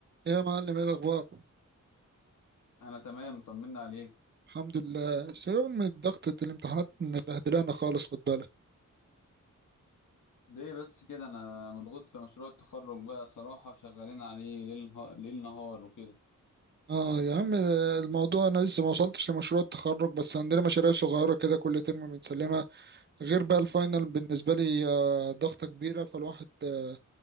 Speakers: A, on the right (about 35°); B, on the left (about 75°).
A: ايه يا معلم ايه الاخبار
B: انا تمام طمنا عليك
A: الحمد لله يوم ضغطة الامتحانات مبهدلانا خالص خد بالك
B: ليه بس كده انا مضغوط في مشروع التخرج بقى صراحة شغالين عليه ليل نهار, ليل نهار وكده
A: اه يا عم الموضوع انا لسه ما وصلتش لمشروع التخرج بس عندنا مشاريع صغيرة كده كل ترم بنسلمها غير بقى الفاينل بالنسبة لي آه، ضغطة كبيرة فالواحد آه،